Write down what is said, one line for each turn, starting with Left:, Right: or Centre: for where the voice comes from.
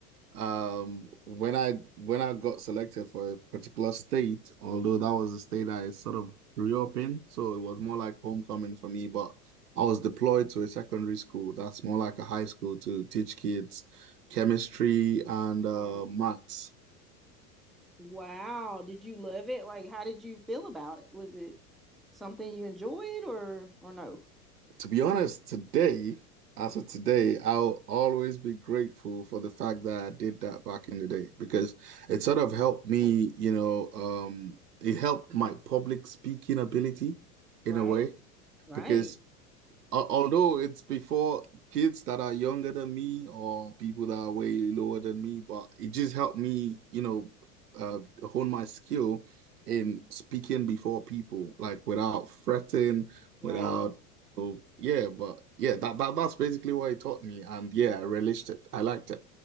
Right: Um, when I when I got selected for a particular state, although that was the state I sort of grew up in, so it was more like homecoming for me, but I was deployed to a secondary school that's more like a high school to teach kids chemistry and uh,
Centre: Oh,
Right: maths.
Centre: wow. Did you love it? Like how did you feel about it? Was it something you enjoyed or or no?
Right: To be honest, today, as of today, I'll always be grateful for the fact that I did that back in the day because it sort of helped me,
Centre: Oh,
Right: you know, um, it helped my public speaking ability
Centre: Right?
Right: in a way
Centre: Right.
Right: because Al- Although it's before kids that are younger than me or people that are way lower than me, but it just helped me, you know, uh, hone my skill in speaking before people, like without fretting,
Centre: Right.
Right: without, so yeah, but yeah, that, that that's basically what it taught me, and yeah, I relished it. I liked it.